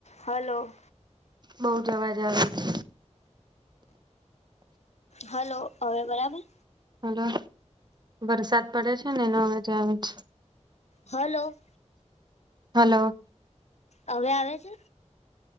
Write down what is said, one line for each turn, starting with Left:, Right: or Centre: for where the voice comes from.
Left: Hello!
Right: બઉ જ અવાજ આવે છે.
Left: હલો! હવે બરાબર?
Right: હલો! વરસાદ પડે છે ને એનો અવાજ આવે છે.
Left: હલો!
Right: હલો!
Left: અવે આવે છે?